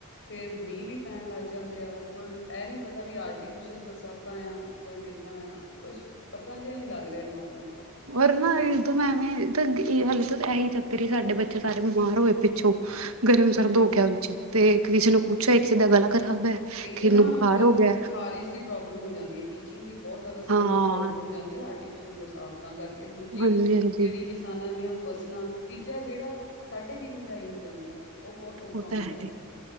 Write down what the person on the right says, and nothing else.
ਰ ਨਾ ਦੋਂ ਮੈਂਵੇਂ ਹਲੇੇ ਤਾਂ ਇਹੀ ਚੱਕਰ ਹੀ ਸਾਡੇ ਬੱਚੇ ਸਾਰੇ ਬਿਮਾਰ ਹੋਏ ਪਿੱਛੋਂ ਗਰਮ
ਸਰਦ
ਹੋ
ਗਿਆ ਵਿੱਚ ਤੇ ਕਿਸੇ ਨੂੰ ਪੁੱਛਿਆ ਕਿਸੇ ਦਾ ਗਲਾ ਖਰਾਬ ਹੈ
ਕਿਸੇ
ਨੂੰ ਬੁਖਾਰ
ਹੋ ਗਿਆ।
ਹਾਂ
ਹਾਂਜੀ ਹਾਂਜੀ
ਉਹ
ਤਾਂ ਹੈ